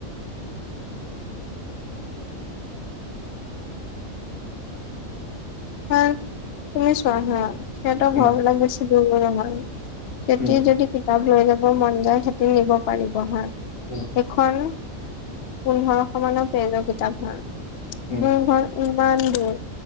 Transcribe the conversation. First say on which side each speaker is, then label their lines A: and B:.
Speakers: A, on the left (about 60°); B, on the left (about 85°).
A: হয় তুমি চোৱা হা সেত ঘৰ
B: উম
A: বিলাক বেছি দূৰ নহয়। সেতি
B: উম
A: যদি কিতাপ লৈ যাব মন যায় সেতি নিব পাৰিব হা।
B: উম,
A: এখন পোন্ধৰশ মানৰ পেজৰ কিতাপ হয়
B: উম
A: মোৰ ঘৰ, ইমান দূৰ